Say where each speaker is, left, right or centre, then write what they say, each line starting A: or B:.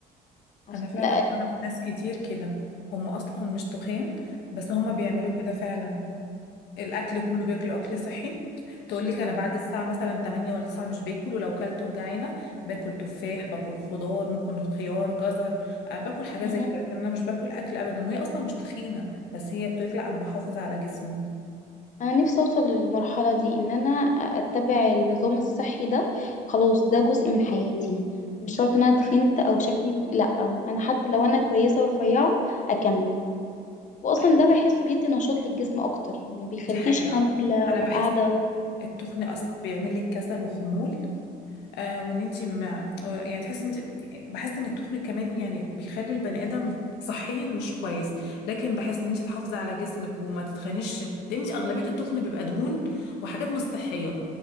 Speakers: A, on the left; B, on the left.
A: عشان
B: انا فعلا اعرف ناس كتير كده هم اصلا مش تخان بس هم بيعملوا كده فعلا الاكل كله بياكلوا اكل صحي تقول لك انا بعد الساعه مثلا 8 ولا 9 مش باكل ولو كلت وجعانه باكل تفاح باكل خضار ممكن خيار جزر آه، باكل حاجات
A: لا
B: زي كده
A: <laughs>
B: لكن انا مش باكل اكل ابدا وهي اصلا مش تخينه بس هي بتقول لك لا انا بحافظ على جسمي
A: انا نفسي اوصل للمرحله دي ان انا اتبع النظام الصحي ده خلاص ده جزء من حياتي مش شرط ان انا تخنت او شكلي لا انا حتى لو انا كويسه ورفيعه اكمل واصلا
B: ايوه
A: ده بحسه بيدي نشاط للجسم اكتر ما بيخليكيش
B: دي حقيقه
A: خامله
B: انا
A: وقاعده
B: بحس
A: و...
B: التخن
A: مم،
B: اصلا بيعمل لك كسل وخمول آه وان انت مع... آه، يعني تحس انت بحس ان التخن كمان يعني بيخلي البني ادم صحيا مش كويس لكن بحس ان انت تحافظي على جسمك وما تتخنيش لان انت اغلبيه التخن بيبقى دهون وحاجات مش صحيه